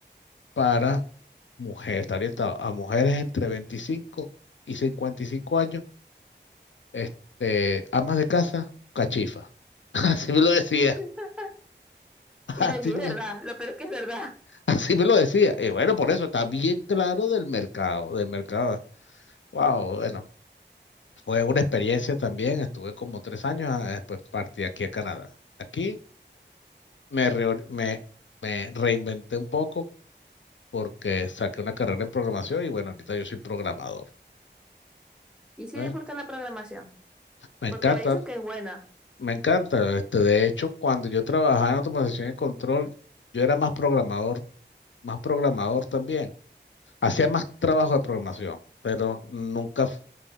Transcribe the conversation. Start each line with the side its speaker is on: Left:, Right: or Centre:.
Left: para mujeres, está orientado a mujeres entre veinticinco y cincuenta y cinco años este, amas de casa, cachifa. <laughs> Así me lo decía,
Centre: <laughs>
Left: <laughs>
Centre: Y
Left: así
Centre: no, y sí, es
Left: me,
Centre: verdad.
Left: la-
Centre: Lo peor es que es verdad.
Left: así me lo decía. Y bueno, por eso está bien claro del mercado, del mercado. Wow, bueno, fue una experiencia también. Estuve como tres años, ah, después partí aquí a Canadá. Aquí me, reor- me eh, reinventé un poco porque saqué una carrera en programación y bueno, ahorita yo soy programador.
Centre: Y sí
Left: ¿eh?
Centre: disfruto la programación.
Left: Me
Centre: Porque
Left: encanta,
Centre: me ha dicho que es buena.
Left: me encanta. Este, de hecho, cuando yo trabajaba en automatización y control, yo era más programador más programador también. Hacía más trabajo de programación, pero nunca, f-